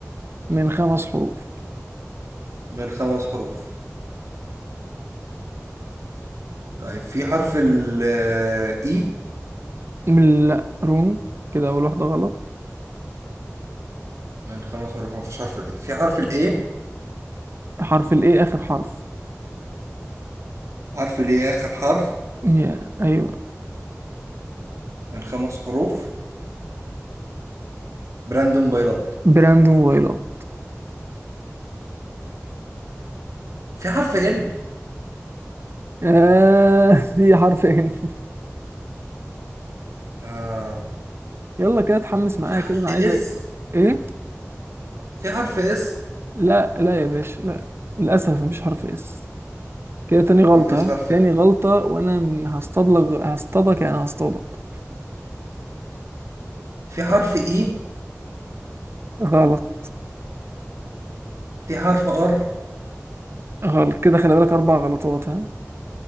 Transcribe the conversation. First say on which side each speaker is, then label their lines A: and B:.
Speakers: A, on the right (about 50°); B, on the right (about 70°).
A: من خمس حروف
B: من خمس حروف طيب في حرف ال <laughs> E
A: من لا رونج كده اول واحدة غلط
B: من خمس حروف مفيش حرف الاي في حرف الاي
A: حرف الايه اخر حرف
B: حرف الاي اخر حرف
A: يا ايوه
B: من خمس حروف براند موبايلات
A: براند موبايلات
B: في حرف ان
A: آه <laughs> دي حرفين
B: آه.
A: يلا كده اتحمس معايا
B: في حرف
A: كده انا عايزك
B: اس
A: ايه
B: في حرف اس
A: لا لا يا باشا لا للاسف مفيش حرف اس كده تاني غلطة
B: مفيش حرف
A: تاني
B: إس.
A: غلطة وانا م- هصطادلك هصطادك يعني هصطادك
B: في حرف اي
A: غلط
B: في حرف ار
A: غلط كده خلي بالك أربع غلطات ها